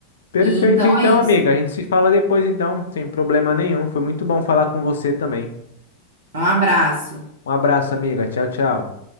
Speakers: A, on the left; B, on the right.
A: Perfeito,
B: E então
A: então,
B: é isso.
A: amiga. A gente se fala depois, então, sem problema nenhum. Foi muito bom falar com você também.
B: Um abraço.
A: Um abraço, amiga. Tchau, tchau.